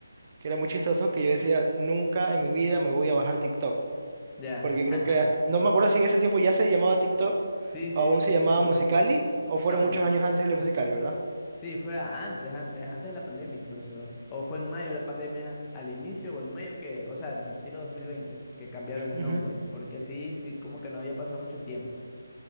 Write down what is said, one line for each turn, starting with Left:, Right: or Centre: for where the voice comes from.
Right: que era muy chistoso, que yo decía, nunca en mi vida me voy a bajar TikTok.
Left: ya.
Right: Porque creo
Left: <laughs>
Right: que, no me acuerdo si en ese tiempo ya se llamaba TikTok,
Left: Sí, sí,
Right: o aún
Left: sí,
Right: se llamaba
Left: sí. man.
Right: Musicali, o fueron
Left: No,
Right: muchos años antes de la Musicali, ¿verdad?
Left: Sí, fue a- antes, antes, antes de la pandemia incluso. O fue en mayo de la pandemia al inicio o en mayo que, o sea, tiro 2020 que cambiaron el
Right: Ujú.
Left: nombre, porque sí, sí, como que no había pasado mucho tiempo.